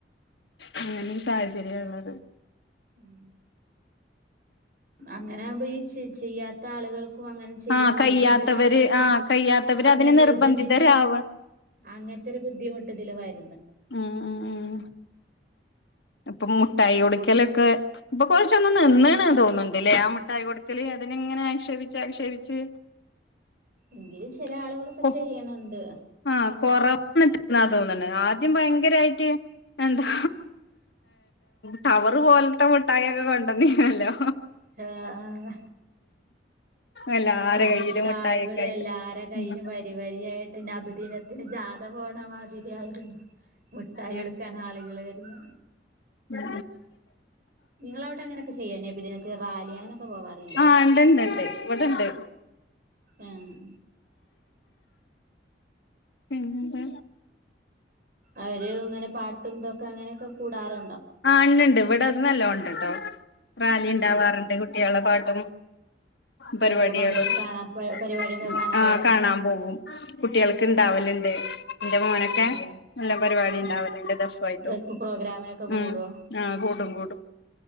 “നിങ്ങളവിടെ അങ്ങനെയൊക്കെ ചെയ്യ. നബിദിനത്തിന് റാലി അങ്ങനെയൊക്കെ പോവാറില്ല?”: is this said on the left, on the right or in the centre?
Right